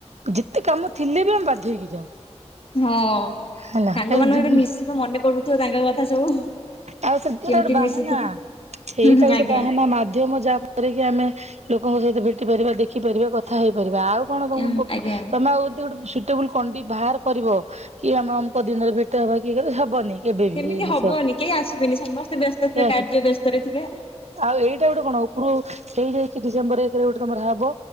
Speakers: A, on the right; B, on the left.
A: ଯେତେ କାମ ଥିଲେ ବି ଆମେ ବାଧ୍ୟ ହେଇକି ଯାଉ।
B: ହଁ
A: ହେଲା
B: ସାଙ୍ଗ
A: କାଇଁ
B: ମାନଙ୍କ
A: ଯିବି
B: ମିଶିକି ମନେ କରୁଥିବ ତାଙ୍କ କଥା ସବୁ
A: ଆଉ ସେ ଗୋଟେ
B: କେମିତି
A: ବାହାନା
B: ମିଶିଥିଲୁ
A: ସେଇଟା
B: ହୁଁ ହୁଁ
A: ଗୋଟେ
B: ଆଜ୍ଞା
A: ବାହାନା ମାଧ୍ୟମ ଯାହା ଆମେ ଲୋକଙ୍କ ସହିତ ଭେଟି ପାରିବା ଦେଖିପାରିବା କଥା ହେଇପାରିବା ଆଉ କଣ ତମ
B: ଆଁ ଆଜ୍ଞା।
A: ତମେ ଆଉ ଗୋଟେ ଟେବଲ କଣ୍ ବାହାର କରିବ କି ଆମେ ଆମ ଦିନରେ ଭେଟ ହବା କିଏ ହେବନି କେବେ
B: ସେମିତି
A: ବିି ସେଇ ଜିନିଷ
B: ହବନି କେହି ଆସିବେନି ସମସ୍ତେ ବ୍ୟସ୍ତ ଥିବେ
A: ହଁ
B: କାର୍ଯ୍ୟ ବ୍ୟସ୍ତ ରେଥିବେ
A: ଆଉ ଏଇଟା ଗୋଟେ କଣ ଉପରୁ ହେଇଯାଇକି ଡିସେମ୍ବର ଏଇ ଗୋଟେ ତମର ହବ